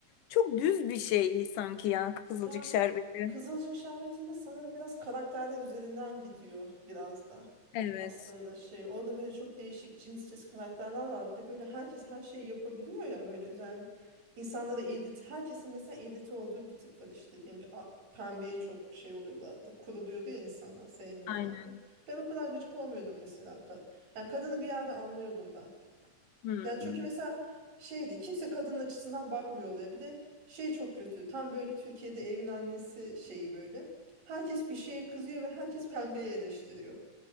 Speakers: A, on the left (about 85°); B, on the right (about 60°).
A: çok düz bir şey sanki ya Kızılcık
B: Ya
A: Şerbeti.
B: Kızılcık Şerbeti'nde sanırım biraz karakterler üzerinden gidiyor biraz da
A: Evet.
B: aslında şey. Orada böyle çok değişik cinsçesi karakterler var. Bir de böyle herkes her şeyi yapabiliyor ya böyle özellikle insanları irite, herkesin mesela irite olduğu bir tip var işte diyelim ki a- pembeye çok şey oluyorlardı. Kuruluyordu ya insanlar sevmiyorlardı.
A: Aynen.
B: Ben o kadar gıcık olmuyordum mesela. Ka- Yani kadını bir yerde anlıyordum ben.
A: Hmm.
B: Yani çünkü mesela şeydi kimse kadının açısından bakmıyor oluyor. Bir de şey çok kötü. Tam böyle Türkiye'de evin annesi şeyi böyle. Herkes bir şeye kızıyor ve herkes pembeyi eleştiriyor.